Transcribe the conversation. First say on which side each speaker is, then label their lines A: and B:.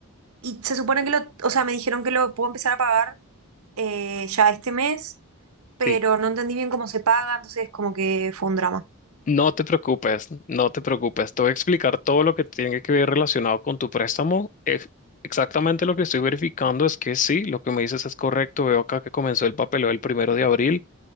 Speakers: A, on the right (about 75°); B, on the left (about 35°).
A: y se supone que lo, o sea, me dijeron que lo puedo empezar a pagar eh, ya este mes pero
B: Sí,
A: no entendí bien cómo se paga, entonces como que fue un drama.
B: No te preocupes, no te preocupes. Te voy a explicar todo lo que tiene que ver relacionado con tu préstamo. Ex- Exactamente lo que estoy verificando es que sí, lo que me dices es correcto. Veo acá que comenzó el papeleo el primero de abril